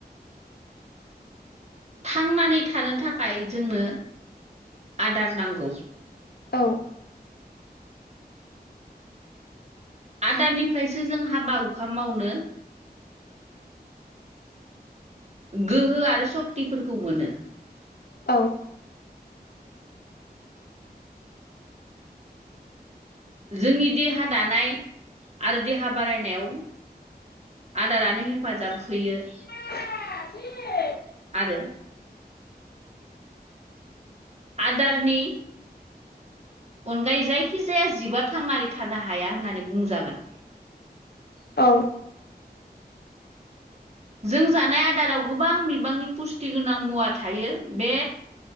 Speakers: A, on the right (about 40°); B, on the left (about 70°).
A: थांनानै थानो थाखाय जोंनो आदार नांगौ
B: औ
A: आदारनिफ्रायसो जों हाबा हुखा मावनो गोहो आरो सशक्तिफोरखौ मोनो
B: औ
A: जोंनि देहा दानाय आरो देहा बारायनायाव आदारानो हेफाजाब होयो।
B: <unintelligible>
A: आरो आदारनि अनगायै जायखिजाया जिबा थांनानै थानो हाया होननानै बुंजागोन
B: औ
A: जों जानाय आदाराव गोबां बिबांनि पुस्टि गोनां मुवा थायो बे